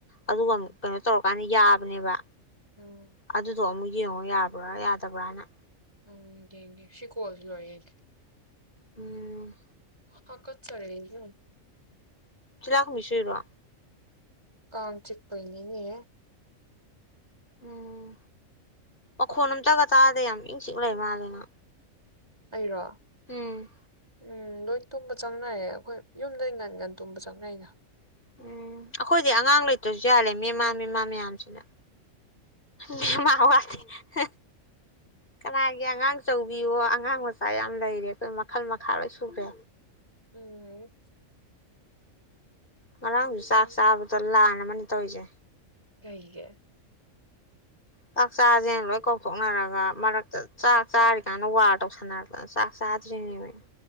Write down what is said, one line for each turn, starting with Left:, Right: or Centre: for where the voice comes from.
Left: ꯑꯗꯨꯒ
Right: ꯎꯝ
Left: ꯑꯃꯨꯛ ꯀꯩꯅꯣ ꯇꯧꯔꯛꯀꯟꯅꯤ ꯌꯥꯕꯅꯦꯕ
Right: ꯎꯝ
Left: ꯑꯗꯨꯗꯨ ꯑꯃꯨꯛ ꯌꯦꯡꯉꯣ ꯌꯥꯕ꯭ꯔ ꯌꯥꯗꯕ꯭ꯔꯅ꯫
Right: ꯎꯝ ꯌꯦꯡꯒꯦ ꯁꯤ-ꯀꯣꯜꯁꯤ ꯂꯣꯏꯔꯒ ꯌꯦꯡꯒꯦ꯫
Left: ꯎꯝ
Right: ꯍꯥꯀꯠ ꯆꯥꯔꯛꯑꯦꯅꯦ ꯑꯃꯨꯛ
Left: ꯇꯤꯂꯥꯏꯒꯣꯝꯕꯤ ꯆꯨꯔꯤꯔꯣ?
Right: ꯀꯥꯡ ꯆꯤꯛꯄꯩꯅꯤꯅꯦ
Left: ꯎꯝ ꯃꯈꯣꯟ ꯑꯝꯇꯒ ꯇꯥꯗꯦ ꯌꯥꯝ ꯏꯪ ꯆꯤꯛꯅ ꯂꯩꯕ ꯃꯥꯜꯂꯦ ꯃꯥ
Right: ꯑꯩꯔꯣ?
Left: ꯎꯝ
Right: ꯎꯝ ꯂꯣꯏ ꯇꯨꯝꯕ ꯆꯪꯅꯔꯦ ꯑꯈꯣꯏ ꯌꯨꯝꯗ ꯉꯟ ꯉꯟ ꯇꯨꯝꯕ ꯆꯪꯅꯩꯅ꯫
Left: ꯎꯝ ꯑꯈꯣꯏꯗꯤ ꯑꯉꯥꯡ ꯂꯩꯇ꯭ꯔꯁꯨ ꯌꯥꯂꯦ ꯃꯦ-ꯃꯥ ꯃꯦ-ꯃꯥ ꯃꯌꯥꯝꯁꯤꯅ ꯃꯦ-ꯃꯥ ꯋꯥꯠꯇꯦ ꯍꯦ ꯀꯅꯥꯒꯤ ꯑꯉꯥꯡꯆꯧꯕꯤꯌꯣ ꯑꯉꯥꯡ ꯃꯆꯥ ꯌꯥꯝ ꯂꯩꯔꯦ ꯑꯈꯣꯏ ꯃꯈꯜ ꯃꯈꯥ ꯂꯣꯏ ꯁꯨꯔꯦ꯫
Right: ꯎꯝ
Left: ꯉꯔꯥꯡꯁꯨ ꯆꯥꯛ
Right: ꯎꯝ
Left: ꯆꯥꯕꯗ ꯂꯥꯟ ꯑꯃꯅꯤ꯫ ꯇꯧꯔꯤꯖꯦ
Right: ꯀꯩꯒꯤ
Left: ꯆꯥꯛ ꯆꯥꯁꯦ ꯂꯣꯏ ꯀꯧꯊꯣꯛꯅꯔꯒ ꯃꯔꯛꯇ ꯆꯥꯛ ꯆꯥꯔꯤꯀꯥꯟꯗ ꯋꯥꯔ ꯇꯧꯁꯟꯅꯔꯛꯇꯅ ꯆꯥꯛ ꯆꯥꯗ꯭ꯔꯤꯅꯦꯃꯤ꯫